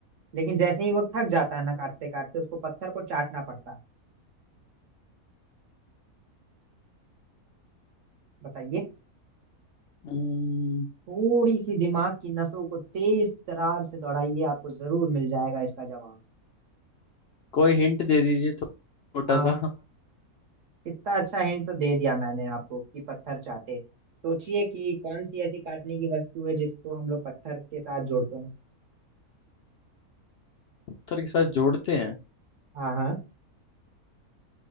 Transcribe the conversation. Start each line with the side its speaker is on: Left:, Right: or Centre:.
Right: लेकिन जैसे ही वो थक जाता है ना काटते काटते उसको पत्थर को चाटना पड़ता है बताइए
Left: हम्म,
Right: थोड़ी सी दिमाग की नसों को तेज तरार से दौड़ाइए आपको जरूर मिल जाएगा इसका जवाब
Left: कोई हिंट दे दीजिए तो छोटा
Right: आ
Left: सा <laughs>
Right: कितना अच्छा हिंट तो दे दिया मैंने आपको कि पत्थर चाटे सोचिए कि कौन सी ऐसी काटने की वस्तु है जिसको हम लोग पत्थर के साथ जोड़ते हैं
Left: पत्थर के साथ जोड़ते हैं
Right: हाँ हाँ